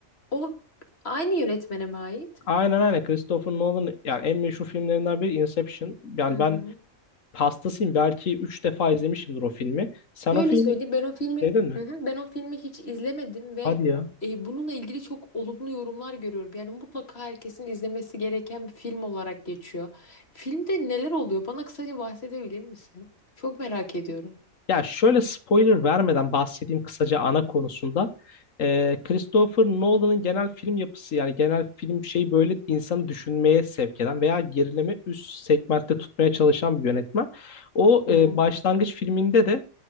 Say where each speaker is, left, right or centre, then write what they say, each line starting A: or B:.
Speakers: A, on the left; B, on the left.
A: O aynı yönetmene mi ait?
B: Aynen aynen Christopher Nolan yani en meşhur filmlerinden biri Inception. Yani
A: Hı
B: ben
A: hı.
B: hastasıyım belki 3 defa izlemişimdir o filmi. Sen
A: Şöyle
B: o filmi
A: söyleyeyim ben o filmi
B: Sevdin mi?
A: hı hı, ben o filmi hiç izlemedim ve
B: Hadi ya.
A: e, bununla ilgili çok olumlu yorumlar görüyorum. Yani mutlaka herkesin izlemesi gereken bir film olarak geçiyor. Filmde neler oluyor? Bana kısaca bahsedebilir misin? Çok merak ediyorum.
B: Ya şöyle spoiler vermeden bahsedeyim kısaca ana konusunda. Ee, Christopher Nolan'ın genel film yapısı yani genel film şey böyle insanı düşünmeye sevk eden veya gerileme üst segmentte tutmaya çalışan bir yönetmen. O
A: Hı
B: e,
A: hı.
B: başlangıç filminde de